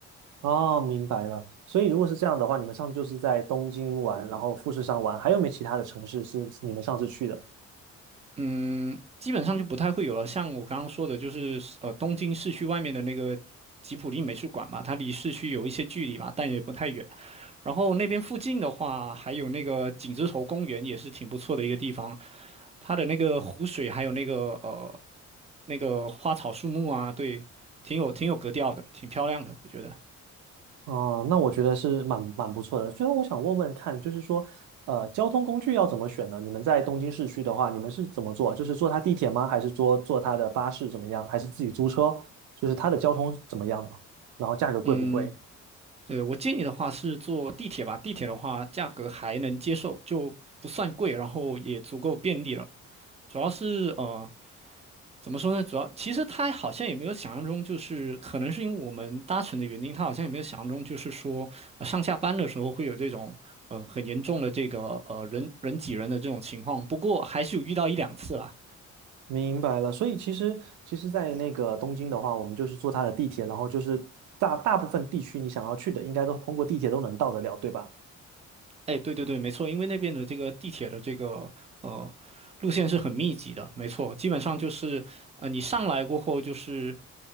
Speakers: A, on the right; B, on the right.
A: 哦，明白了。所以如果是这样的话，你们上次就是在东京玩，然后富士山玩，还有没其他的城市是你们上次去的？
B: 嗯，基本上就不太会有了。像我刚刚说的，就是呃东京市区外面的那个吉普力美术馆嘛，它离市区有一些距离嘛，但也不太远。然后那边附近的话，还有那个景之头公园也是挺不错的一个地方，它的那个湖水还有那个呃那个花草树木啊，对，挺有挺有格调的，挺漂亮的，我觉得。
A: 哦，那我觉得是蛮蛮不错的。最后我想问问看，就是说，呃，交通工具要怎么选呢？你们在东京市区的话，你们是怎么做？就是坐它地铁吗？还是坐坐它的巴士怎么样？还是自己租车？就是它的交通怎么样呢？然后价格贵不贵？
B: 嗯，对，我建议的话是坐地铁吧，地铁的话价格还能接受，就不算贵，然后也足够便利了。主要是呃怎么说呢？主要其实他好像也没有想象中，就是可能是因为我们搭乘的原因，他好像也没有想象中，就是说、呃上下班的时候会有这种呃很严重的这个呃人人挤人的这种情况。不过还是有遇到一两次啦。
A: 明白了。所以其实其实，在那个东京的话，我们就是坐它的地铁，然后就是大大部分地区你想要去的，应该都通过地铁都能到得了，对吧？
B: 哎，对对对，没错，因为那边的这个地铁的这个呃路线是很密集的，没错，基本上就是呃你上来过后，就是